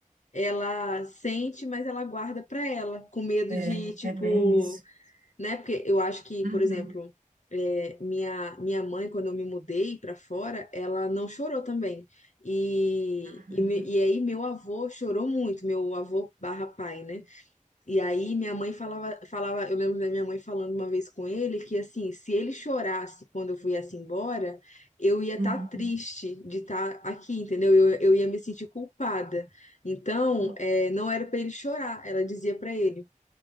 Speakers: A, on the left; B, on the right.
A: ela sente, mas ela guarda pra ela, com medo
B: É,
A: de, tipo,
B: é bem isso.
A: né? Porque eu acho que,
B: Uhum,
A: por exemplo, é, minha, minha mãe, quando eu me mudei pra fora, ela não chorou também. E,
B: uhum,
A: e, me- e aí meu avô chorou muito, meu avô barra pai, né? E aí minha mãe falava, falava, eu lembro da minha mãe falando uma vez com ele que assim, se ele chorasse quando eu viesse embora, eu ia estar
B: uhum.
A: triste de estar aqui, entendeu? Eu, eu ia me sentir culpada. Então,
B: Não,
A: é, não era pra ele chorar, ela dizia pra ele.